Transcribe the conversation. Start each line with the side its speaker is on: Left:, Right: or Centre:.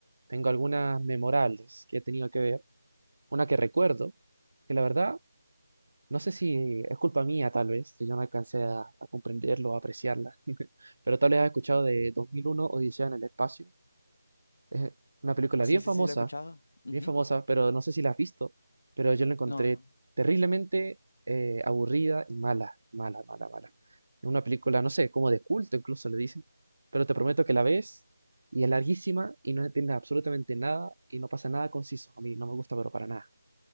Right: tengo algunas memorables que he tenido que ver. Una que recuerdo, que la verdad, no sé si es culpa mía, tal vez, que yo no alcancé a, a comprenderlo o apreciarla, <laughs> pero tal vez has escuchado de 2001, Odisea en el espacio. Es una película
Left: Sí,
Right: bien
Left: sí,
Right: famosa,
Left: sí, la he escuchado. Ujú.
Right: bien famosa, pero no sé si la has visto, pero yo la encontré
Left: No.
Right: terriblemente eh, aburrida y mala, mala, mala, mala. Es una película, no sé, como de culto incluso le dicen, pero te prometo que la ves y es larguísima y no entiendes absolutamente nada y no pasa nada conciso. A mí no me gusta, pero para nada.